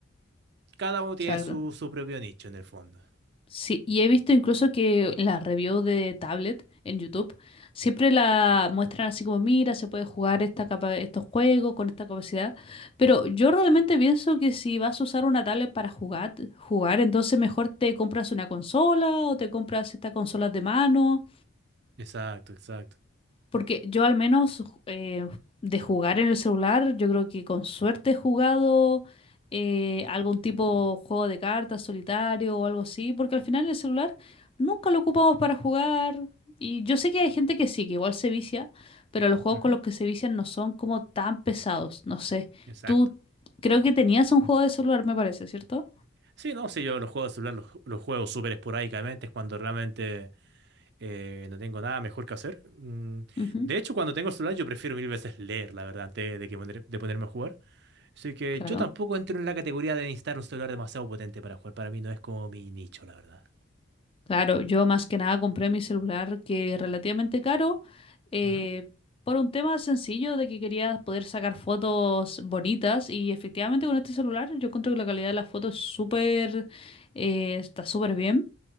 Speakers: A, on the right; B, on the left.
A: Cada uno tiene
B: exacto.
A: su, su propio nicho en el fondo.
B: Sí, y he visto incluso que en las reviews de tablet en YouTube siempre la muestran así como, mira, se puede jugar esta capa- estos juegos con esta capacidad, pero yo realmente pienso que si vas a usar una tablet para jugar, jugar, entonces mejor te compras una consola o te compras estas consolas de mano
A: Exacto, exacto.
B: porque yo al menos eh, de jugar en el celular, yo creo que con suerte he jugado eh, algún tipo de juego de cartas, solitario o algo así, porque al final el celular nunca lo ocupamos para jugar. Y yo sé que hay gente que sí, que igual se vicia, pero los juegos
A: Ujú,
B: con los que se vician no son como tan pesados, no sé.
A: exacto.
B: Tú creo que tenías un juego de celular, me parece, ¿cierto?
A: Sí, no, sí, yo los juegos de celular los, los juego súper esporádicamente, es cuando realmente eh, no tengo nada mejor que hacer. Mm,
B: Ujú,
A: De hecho, cuando tengo el celular yo prefiero mil veces leer, la verdad, antes de que poner- de ponerme a jugar. Así que
B: claro.
A: yo tampoco entro en la categoría de necesitar un celular demasiado potente para jugar. Para mí no es como mi nicho, la verdad.
B: Claro, yo más que nada compré mi celular que es relativamente caro eh,
A: Ujú,
B: por un tema sencillo de que quería poder sacar fotos bonitas y efectivamente con este celular yo encuentro que la calidad de las fotos es súper eh, está súper bien